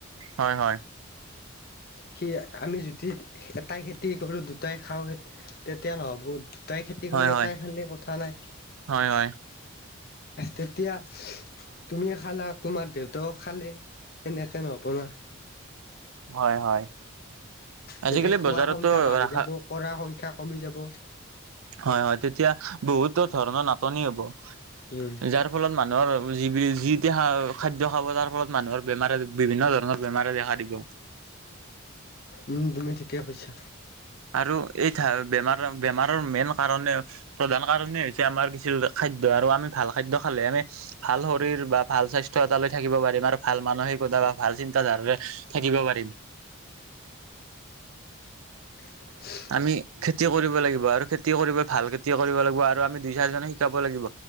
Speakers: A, on the right; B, on the left.
A: হয় হয়।
B: সি আমি যদি এটাই খেতি কৰো দুটাই খাওঁ। তেতিয়া নহব, দুটাই খেতি
A: হয়
B: কৰি
A: হয় হয়
B: এটাই খালে কথা নাই।
A: হয় হয়
B: তেতিয়া তুমিও খালা তোমাৰ দেউতাও খালে। এনেকে নহ'ব ন'।
A: হয় হয়,
B: তেতিয়া
A: আজিকালি
B: খোৱা
A: বজাৰতো
B: সংখ্যা বাঢ়ি
A: ৰাসা
B: যাব কৰা সংখ্যা কমি যাব।
A: হয় হয়, তেতিয়া বহুতো ধৰণৰ নাটনি হ'ব।
B: উম
A: যাৰ ফলত মানুহৰ যি যিটি খাদ্য খাব তাৰ ফলত মানুহৰ বেমাৰে বিভিন্ন ধৰণৰ বেমাৰে দেখা দিব।
B: উম, তুমি ঠিকে কৈছা।
A: আৰু এই বেমাৰৰ বেমাৰৰ মেইন কাৰণে প্ৰধান কাৰণে হৈছে আমাৰ কিছু খাদ্য, আৰু আমি ভাল খাদ্য খালে আমি ভাল শৰীৰ বা ভাল স্বাস্থ্য এটালৈ থাকিব পাৰিম আৰু ভাল মানসিকতা বা ভাল চিন্তাধাৰাৰে থাকিব পাৰিম
B: <unintelligible>
A: আমি খেতি কৰিব লাগিব আৰু খেতি কৰিব ভাল খেতি কৰিব লাগিব আৰু আমি দুই চাৰিজনে শিকাব লাগিব